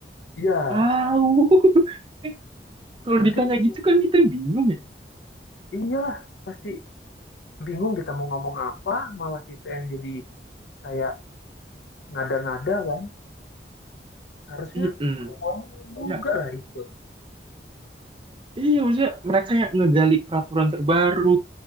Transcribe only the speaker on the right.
Tahu. <laughs> Eh, Kalau
ditanya
gitu kan kita bingung ya.
Mm-mm.
Ya,
iya maksudnya mereka yang ngegali peraturan terbaru,